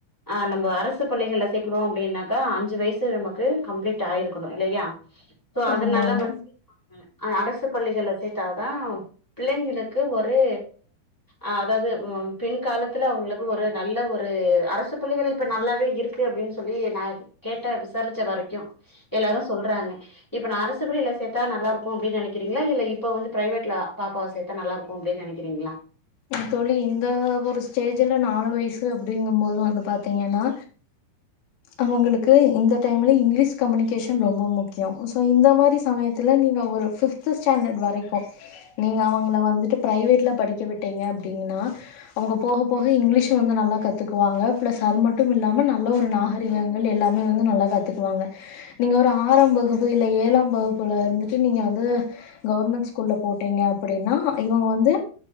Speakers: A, in the centre; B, on the left.
A: ஆ நம்ம அரசு பள்ளிகளை சேக்குறோ அப்டின்னாக்க அஞ்சு வயசு நமக்கு கம்ப்ளீட் ஆயிருக்கணு இல்லையா சோ அதனால
B: ஆமாங்க
A: வந் அரசு பள்ளிகள்ல சேத்தாதா பிள்ளைகளுக்கு ஒரு அ அதாவது பின் காலத்துல அவுங்களுக்கு ஒரு நல்ல ஒரு அரசு பள்ளிகள் இப்ப நல்லாவே இருக்கு அப்டின்னு சொல்லி நா கேட்ட விசாரிச்ச வரைக்கு எல்லாரு சொல்றாங்க இப்ப நா அரசு பள்ளியில சேத்தா நல்லா இருக்கும் அப்டினு நினைக்கிறீங்களா இல்ல இப்ப வந்து பிரைவேட்ல பாப்பாவ சேத்தா நல்லா இருக் கு அப்டின்னு நினைக்கிறீங்களா
B: என் தோழி இந்த ஒரு ஸ்டேஜில நாலு வயசு அப்படிங்கும் போது வந்து பாத்தீங்கன்னா அவுங்களுக்கு இந்த டைம்ல இங்கிலீஷ் கம்யூனிகேஷன் ரொம்ப முக்கியோ சோ இந்த மாரி சமயத்தில நீங்க ஒரு ஃபிஃப்து ஸ்டாண்டர்ட் வரைக்கு நீங்க அவுங்கள வந்துட்டு பிரைவேட்ல படிக்க விட்டீங்க அப்டிங்கனா அவுங்க போக போக இங்கிலீஷு வந்து நல்லா கத்துக்குவாங்க பிளஸ் அது மட்டும் இல்லாம நல்ல ஒரு நாக ரீகங்கள் எல்லாமே வந்து நல்லா கத்துக்குவாங்க நீங்க ஒரு ஆறாம் வகுப்பு இல்ல ஏழாம் வகுப்புல வந்துட்டு நீங்க வந்து கவர்மெண்ட் ஸ்கூல்ல போட்டீங்க அப்படின்னா இவுங்க வந்து